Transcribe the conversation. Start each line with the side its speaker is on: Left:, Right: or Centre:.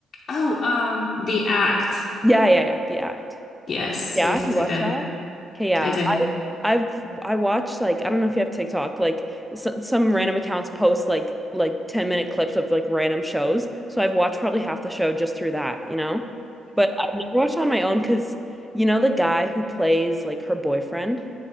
Left: Oh, um, The Act.
Centre: Yeah, yeah, yeah, The Act.
Left: Yes,
Centre: Yeah,
Left: yes,
Centre: you watched
Left: I did.
Centre: that? one? Okay, yeah.
Left: I did.
Centre: I I've I watched like I don't know if you have TikTok, like s some random accounts post like like 10 minute clips of like random shows. So I've watched probably half the show just through that, you know? But I've never watched on my own because you know the guy who plays like her boyfriend?